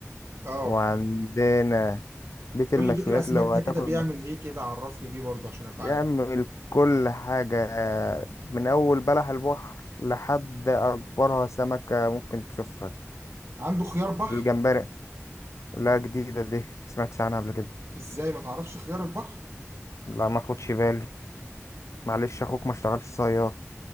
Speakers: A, on the right; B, on the left.
A: اه
B: وعندنا بيت المشويات
A: قول لي بيت الاسماك
B: لو
A: ده
B: هتاكل
A: كده بيعمل
B: م-
A: ايه كده عرفني بيه برضه عشان ابقى
B: بيعمل
A: عارف
B: كل حاجة من أول بلح البحر لحد أكبرها سمكة ممكن تشوفها
A: عنده خيار بحر
B: الجمبري لا جديدة دي سمعتش عنها قبل كده
A: ازاي ما تعرفش خيار البحر
B: لا ما خدش بالي معلش أخوك ما اشتغلش صياد